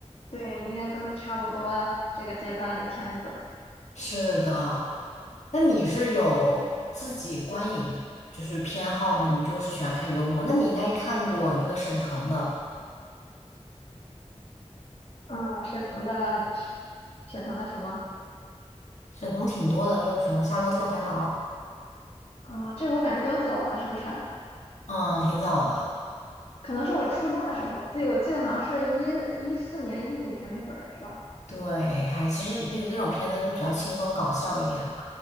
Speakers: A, on the left; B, on the left.
A: 对，应该都是差不多这个阶段的片子。
B: 是的，那你是有自己观影就是偏好吗？你就是喜欢看幽默，那你应该看过那个沈腾的，
A: 嗯，沈腾的沈腾的什么？
B: 沈腾挺多的，就是什么《夏洛特烦恼》，
A: 啊、这个我感觉比较早了，是不是啊？
B: 嗯，挺早的。
A: 可能是我初中的时候，对，我记得好像是一一四年、一五年那会儿，是吧？
B: 对，哎，其实那个那种片子会比较轻松搞笑一点嘛。